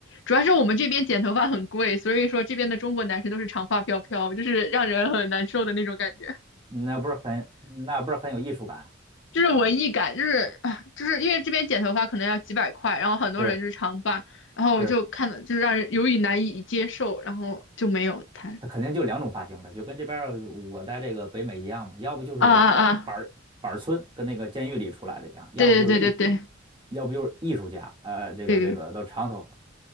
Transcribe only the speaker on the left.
主要是我们这边剪头发很贵，所以说这边的中国男生都是长发飘飘，就是让人很难受的那种感觉，
就是文艺感，就是啊，就是因为这边剪头发可能要几百块，然后很多人就是长发，
然后我就看了，
就是让人有点难以接受，然后就没有谈。
啊啊啊！
对对对对
对对